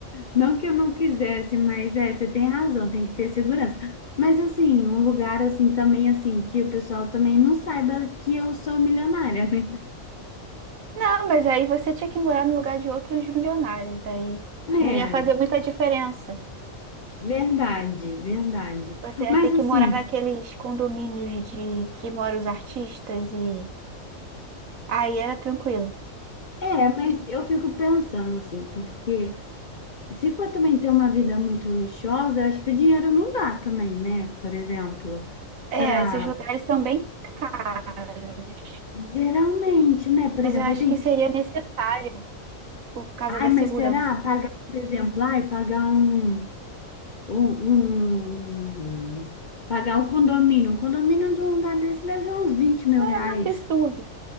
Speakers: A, on the left; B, on the right.
A: Não que eu não quisesse, mas é, você tem razão, tem que ter segurança. Mas assim, um lugar assim também assim que o pessoal também não saiba que eu sou milionária, né?
B: Não, mas aí você tinha que morar no lugar de outros milionários, aí
A: É,
B: não ia fazer muita diferença.
A: verdade, verdade.
B: Você ia
A: Mas
B: ter que
A: assim,
B: morar naqueles condomínios de que moram os artistas e aí era tranquilo.
A: é, mas eu fico pensando assim, porque se for também ter uma vida muito luxuosa, eu acho que o dinheiro não dá também, né? Por exemplo,
B: É,
A: para
B: esses lugares são bem caros,
A: geralmente, né? Por
B: mas
A: exemplo,
B: eu acho
A: aí tem,
B: que seria necessário por causa
A: ai,
B: da
A: mas
B: segurança.
A: será pagar, por exemplo, ai, pagar um Um, um- pagar um condomínio. Um condomínio de um lugar desse deve ser uns 20 mil reais.
B: Um Absurdo,